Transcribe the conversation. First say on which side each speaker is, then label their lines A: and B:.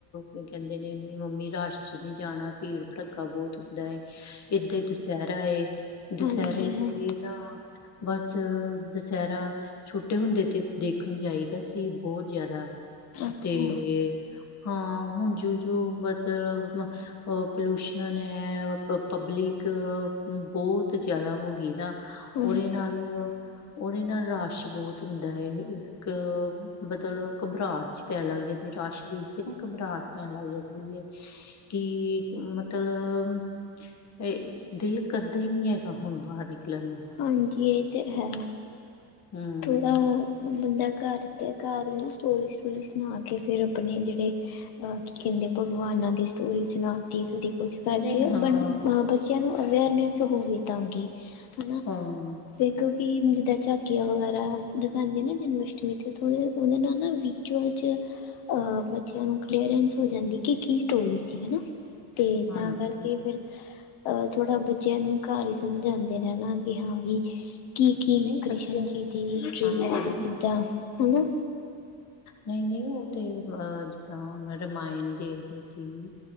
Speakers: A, on the left (about 40°); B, on the left (about 60°).
A: ਬਸ ਕਹਿੰਦੇ ਨੇ ਉਹ ਮੰਮੀ ਰਾਸ਼ ਚ ਨਹੀਂ ਜਾਣਾ ਭੀੜ -ਭੜੱਕਾ ਬਹੁਤ ਹੁੰਦਾ ਏ, ਏਦਾਂ ਹੀ ਦੁਸਹਿਰਾ ਏ ਦੁਸਹਿਰੇ
B: ਹਾਂਜੀ ਹਾਂ
A: ਤੇ ਵੀ ਨਾ, ਬਸ ਦੁਸਹਿਰਾ ਛੋਟੇ ਹੁੰਦੇ ਤੇ ਦੇਖਣ ਜਾਈਦਾ ਸੀ ਬਹੁਤ ਜ਼ਿਆਦਾ
B: ਅੱਛਾ
A: ਤੇ ਹਾਂ ਹੁਣ ਜੁ -ਜੁ ਮਤਲਬ ਪੋਲਊਸ਼ਨ ਹੈ, ਪਬਲਿਕ ਬਹੁਤ ਜ਼ਿਆਦਾ ਹੋ ਗਈ ਨਾ
B: ਹਾਂਜੀ
A: ਉਹਦੇ ਨਾਲ -ਉਹਦੇ ਨਾਲ ਰਸ਼ ਬਹੁਤ ਹੁੰਦਾ ਹੈ। ਇੱਕ ਮਤਲਬ ਘਬਰਾਹਟ ਚ ਪੈਣ ਲੱਗ ਜਾਂਦੀ ਰਸ਼ ਦੇਖ ਨਾ, ਘਬਰਾਹਟ ਪੈਣ ਲੱਗ ਜਾਂਦੀ ਏ ਕਿ ਮਤਲਬ ਇਹ ਦਿਲ ਕਰਦਾ ਹੀ ਨਹੀਂ ਹੈਗਾ ਹੁਣ ਬਾਹਰ ਨਿਕਲਣ ਨੂੰ
B: ਹਾਂਜੀ, ਇਹ ਤੇ ਹੈ।
A: ਹਮ
B: ਥੋੜ੍ਹਾ ਬੰਦਾ ਘਰ ਤੇ ਘਰ ਨਾ ਸਟੋਰੀ-ਸਟੋਰੀ ਸੁਣਾ ਕੇ ਫੇਰ ਆਪਣੇ ਜਿਹੜੇ ਕੀ ਕਹਿੰਦੇ ਭਗਵਾਨਾਂ ਦੀ ਸਟੋਰੀ ਸੁਣਾਤੀ ਕਦੇ ਕੁਝ ਕਰਕੇ
A: ਨਹੀਂ ਹਾਂ
B: ਬ ਅ ਬੱਚਿਆਂ ਨੂੰ ਅਵੇਅਰਨੈਸ ਹੋਵੇ ਤਾਕੀ ਹਨਾ
A: ਹਾਂ
B: ਦੇਖੋ ਕਿ ਜਿੱਦਾਂ ਚ ਗਿਆ ਵਗੈਰਾ ਦਿਖਉਂਦੇ ਨਾ ਜਨਮਸ਼ਟਮੀ 'ਤੇ ਉਹਦੇ ਨਾਲ ਨਾ ਵਿਚੋਂ -ਵਿਚ ਅ ਬੱਚਿਆਂ ਨੂੰ ਕਲੀਅਰੈਂਸ ਹੋ ਜਾਂਦੀ ਸੀ ਕਿ ਸਟੋਰੀ ਸੀ ਹਨਾ ਤੇ ਤਾਂ
A: ਹਾਂਜੀ
B: ਕਰਕੇ
A: ਹਾਂਜੀ
B: ਫਿਰ ਅਹ ਥੋੜਾ ਬੱਚਿਆਂ ਨੂੰ ਘਰ ਹੀ ਸਮਝਾਉਂਦੇ ਰਹਿਣਾ ਕਿ ਹਾਂ ਵੀ ਕੀ ਕੀ
A: ਨਹੀਂ
B: ਕ੍ਰਿਸ਼ਨ
A: ਬੱਚਿਆਂ
B: ਜੀ ਦੀ ਹਿਸਟਰੀ
A: ਹਾਂਜੀ
B: ਹੈ ਕਿ ਕਿੱਦਾਂ, ਹਨਾ।
A: ਨਹੀਂ -ਨਹੀਂ ਉਹ ਤੇ ਅ ਜਿੱਦਾਂ ਹਣ ਰਾਮਾਇਣ ਦੇਖਦੇ ਸੀ।